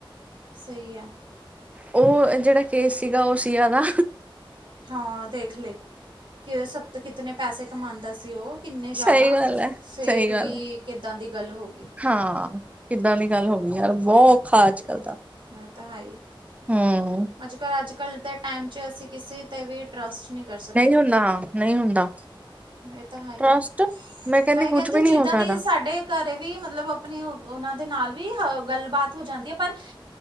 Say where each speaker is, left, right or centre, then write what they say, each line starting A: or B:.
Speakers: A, on the right; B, on the right.
A: ਸਹੀ ਹੈ
B: ਉਹ ਜਿਹੜਾ ਕੇਸ ਸੀਗਾ ਉਹ ਸੀਆ ਦਾ
A: ਹਾਂ ਦੇਖ ਲਏ ਕਿ ਸ ਕਿਤੇ ਪੈਸੇ ਕਮਾਉਂਦਾ ਸੀ ਉਹ ਕਿੰਨੇ ਜ਼ਿਆਦਾ
B: ਸਹੀ ਗੱਲ ਹੈ,
A: ਫੇਰ
B: ਸਹੀ ਗੱਲ
A: ਵੀ
B: ਹੈ,
A: ਕਿੱਦਾਂ ਦੀ ਗੱਲ ਹੋ ਗਈ
B: ਹਾਂ ਕਿੱਦਾਂ ਦੀ ਗੱਲ ਹੋ ਗਈ ਯਾਰ ਬਹੁਖਾ ਅਜਕੱਲ ਦਾ
A: ਏ ਤਾਂ ਹੈਏ
B: ਹੂੰ
A: ਅੱਜ ਕੱਲ੍ਹ ਅੱਜ ਕੱਲ੍ਹ ਦੇ ਟਾਈਮ ' ਅਸੀਂ ਕਿਸੇ ਤੇ ਵੀ ਟਰੱਸਟ ਨਹੀਂ ਕਰ ਸਕਦੇ
B: ਹੁੰਦਾ, ਨਹੀਂ ਹੁੰਦਾ
A: ਇਹ ਤਾਂ ਹੈ
B: ਟਰਸਟ
A: ਹੀ ਮੈਂ
B: ਕੁਛ
A: ਕਹਿੰਦੀ
B: ਵੀ ਨਹੀਂ
A: ਜਿੱਦਾਂ
B: ਹੋ ਸਕਦਾ।
A: ਦੀ ਸਾਡੇ ਘਰੇ ਵੀ ਮਤਲਬ ਆਪਣੇ ਉਹਨਾਂ ਦੇ ਨਾਲ ਵੀ ਅ ਗੱਲਬਾਤ ਹੋ ਜਾਂਦੀ ਹੈ ਪਰ